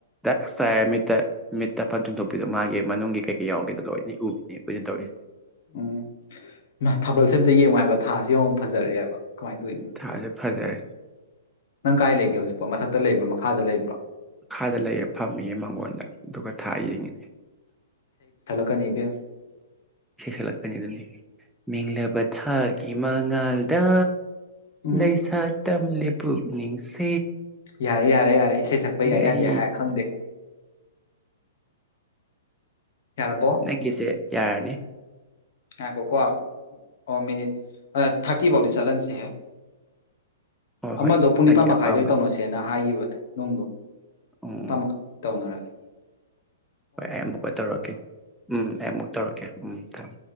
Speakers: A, in the centre; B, on the left.
A: ꯗꯛꯏ ꯆꯥꯏ ꯃꯤꯠꯇ ꯃꯤꯠꯇ ꯄꯟ ꯆꯣꯡꯗꯣꯛꯄꯤꯗꯣ ꯃꯥꯒꯤ ꯃꯅꯨꯡꯒꯤ ꯀꯩꯀꯩ ꯌꯥꯎꯒꯦꯗ ꯂꯣꯏꯅ ꯎ꯫ <unintelligible>
B: ꯎꯝ ꯃ ꯊꯥꯕꯜꯁꯦ ꯑꯝꯇ ꯌꯦꯡꯉꯨ ꯍꯥꯏꯕ ꯊꯥꯁꯤ ꯌꯦꯡꯉꯨ ꯐꯖꯔꯛꯑꯦꯕ꯫ ꯀꯃꯥꯏꯅ ꯇꯧꯔꯤꯅꯣ
A: ꯊꯥꯁꯦ ꯐꯖꯔꯦ꯫
B: ꯅꯪ ꯀꯥꯏ ꯂꯩꯒꯦ ꯍꯧꯖꯤꯛꯐꯥꯎ ꯃꯊꯛꯇ ꯂꯩꯕ꯭ꯔꯥ ꯃꯈꯥꯗ ꯂꯩꯕ꯭ꯔꯣ꯫
A: ꯃꯈꯥꯗ ꯂꯩꯌꯦ ꯐꯝꯃꯤꯌꯦ ꯃꯥꯡꯒꯣꯟꯗ ꯑꯗꯨꯒ ꯊꯥ ꯌꯦꯡꯉꯤꯅꯦ꯫
B: ꯀꯅꯤꯕꯤ
A: ꯏꯁꯩ ꯁꯛꯂꯛꯀꯅꯤ ꯑꯗꯨꯅꯦ ꯃꯦꯡꯂꯕ ꯊꯥꯒꯤ ꯃꯉꯥꯜꯗ꯫
B: ꯎꯝ
A: ꯂꯩꯁꯥꯠ ꯇꯝ ꯂꯦꯞꯄꯨꯛ ꯅꯤꯡꯁ
B: ꯌꯥꯔꯦ-ꯌꯥꯔꯦ-ꯌꯥꯔꯦ ꯏꯁꯩ ꯁꯛꯄ ꯌꯥꯏ ꯌꯥꯗꯦ
A: ꯑꯩ
B: ꯍꯥꯏꯔ ꯈꯪꯗꯦ꯫ ꯌꯥꯔꯕꯣ
A: ꯅꯪ ꯀꯁꯦ ꯌꯥꯔꯅꯤ
B: ꯍꯥꯏꯈꯣ ꯀꯣ ꯑꯣ ꯃꯤꯅꯤꯠ ꯊꯥꯔꯇꯤ ꯐꯥꯎꯗꯤ ꯆꯠꯍꯟꯁꯤꯍꯦ
A: ꯍꯣꯏ
B: ꯑꯃꯗꯣ
A: ꯍꯣꯏ
B: ꯄꯨꯡ ꯅꯤꯄꯥꯟ
A: ꯅꯪꯒꯤ
B: ꯃꯈꯥꯏꯗ
A: ꯑꯄꯥꯝꯕꯅꯤ
B: ꯇꯧꯅꯁꯦꯅ ꯍꯥꯏꯈꯤꯕ ꯅꯣꯡꯗꯣ
A: ꯎꯝ
B: ꯏꯄꯥꯃ ꯇꯧꯅꯔꯦ
A: ꯍꯣꯏ ꯑꯩ ꯑꯃꯨꯛꯀ ꯇꯧꯔꯛꯀꯦ ꯎꯝ ꯑꯩ ꯑꯃꯨꯛ ꯇꯧꯔꯛꯀꯦ ꯎꯝ ꯊꯝ